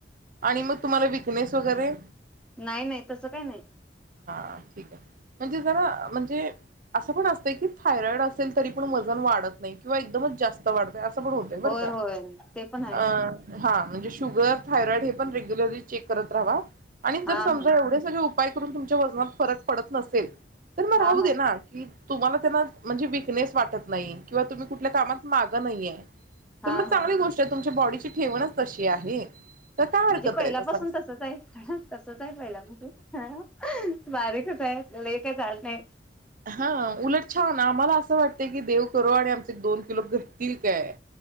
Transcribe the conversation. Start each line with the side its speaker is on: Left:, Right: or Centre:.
Right: आणि मग तुम्हाला विकनेस वगैरे
Centre: नाही नाही तसं काही नाही
Right: हा ठीक आहे म्हणजे जरा म्हणजे असं पण असतंय की थायरॉइड असेल तरी पण वजन वाढत नाही किंवा रोज जास्त वाढतय अस असं पण होतय बर
Centre: होय
Right: का?
Centre: होय ते पण आहे
Right: हा म्हणजे शुगर थायरॉइड हे पण रेग्युलरली चेक करत राहावा आणि
Centre: हा
Right: जर समजा
Centre: हा
Right: एवढे सगळे उप पण तुमच्या वजनात फरक पडत नसेल तर मग
Centre: हा
Right: राहू
Centre: हा
Right: दे ना की? तुम्हाला त्यांना म्हणजे विकनेस वाटत नाही किंवा तुम्ही कुठल्या कामात मागं नाहीये
Centre: हा
Right: तर मग
Centre: हा
Right: चांगली गोष्ट आहे तुमच्या बॉडीची ति ठेवणच तशी आहे तर काय
Centre: म्हणजे
Right: हरकत
Centre: पहिल्यापासून
Right: आहे तसं
Centre: तसच आहे तसच आहे पहिल्यापासून बारीकच आहे लइ काय? जाड नाही
Right: हा उलट छान आम्हाला असं वाटतय की देव करू आणि आमचे दोन किलो घटतील काय